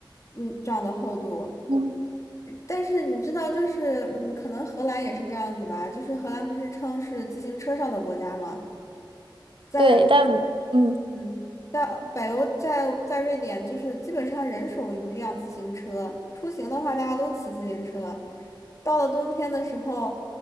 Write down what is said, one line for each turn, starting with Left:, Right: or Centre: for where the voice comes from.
Left: 嗯，这样的厚度。
Right: 嗯
Left: 但是你知道，就是嗯，可能荷兰也是这样子吧。就是荷兰不是称是自行车上的国家吗？在
Right: 对，但嗯。
Left: 嗯，在北欧，在在瑞典，就是基本上人手一辆自行车。出行的话，大家都骑自行车。到了冬天的时候，